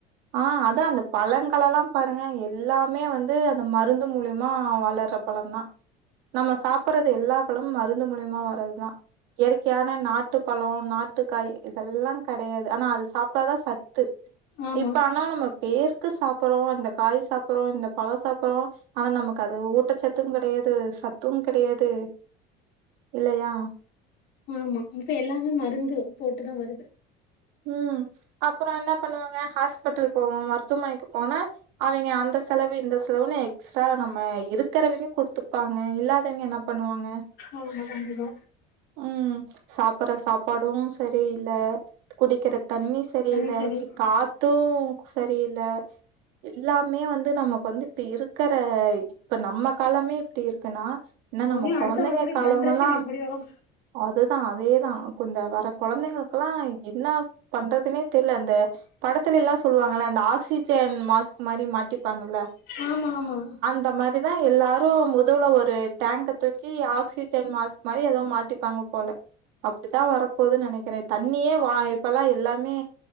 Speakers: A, on the right; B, on the left.
A: ஆ அதன் அந்த பழங்களெல்லாம் பாருங்க எல்லாமே வந்து அந்த மருந்து மூலியமா வளர பழம் தா நம்ம சாப்ட்றது எல்லா பழமு மருந்து மூலியமா வா ஏற்கையான நாட்டுப்பழோ நாட்டுக்காய் இதெல்லா கடையாது ஆனா அது சாப் இப்பாதா சத்து
B: ஆமா
A: இப்ப ஆனா நம்ம பேர் ருக்கு சாப்ட்றோ இந்த காய் சாப்ர்றோ இந்த பழோ சாப்பர்றோ ஆனா நமக்கு அது ஊட்டச்சத் த்தும் கெடையாது சத்தும் கெடையாது இல்லையா
B: ஆமா இப்ப எல்லாமே மருந்து போட்டுதா வருது
A: ம் அப்றோ என்ன பண்ணுவாங்க ஹாஸ்பிட்டல் போவோ மருத்துவமனைக்கு போனா அவங்கே அந்த செலவு இந்த செலவுன்னு எக்ஸ்ட்ரா நம்ம இருக்கிறவங்கே குடுத்துப்பாங்க இல்லாதவங்கே என்ன பண்ணுவாங்க
B: உ முடுஞ்சுரு
A: உம் சாப்பட்ற சாப்பாடும் சரியில்ல குடிக்கிற தண்ணி சரியில்ல
B: தண்ணி சரி
A: சேர் காத்தும் சரியில்ல எல்லாமே வந்து நமக்கு வந்து இப்ப இருக்குற இப்ப நம்ம காலமே இப்டி இருக்குன்னா என்ன நம்ம
B: இனி அடுத்த
A: கொழந்தைங்க
B: வரக்கூடிய
A: காலமெல்லா
B: ஜென்ரேஷன் எப்டியோ
A: அதுதா அதேதான குந்த வர்ற கொழந்தைங்களுக்கெல்லா என்ன பண்றதுனே தெரில அந்த படத்துல எல்லா சொல்லுவாங்கள இந்த ஆக்சிஜன் மாஸ்க் மாதிரி மாட்டிப்பாங்கல்ல
B: ஆமா ஆமா
A: இந்த மாதிரிதான் எல்லாரு முதுல ஒரு டேங்க தூக்கி ஆக்சிஜன் மாஸ்க் மாதிரி ஏதோ மாட்டிப்பாங்க போல அப்டித்தான் வரப்போதுன்னு நெனக்கிறே தண்ணியே இப்பல்லா எல்லாமே